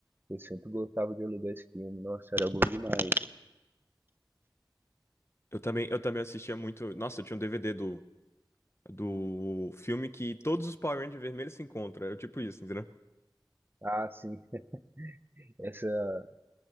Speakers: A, on the right; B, on the left.
A: eu sempre gostava de alugar esse filme. Nossa, era bom demais.
B: Eu também, eu também assistia muito. Nossa, eu tinha um DVD do, do filme que todos os Power Rangers vermelhos se encontram. Era tipo isso, entendeu?
A: Ah, sim, <laughs> essa,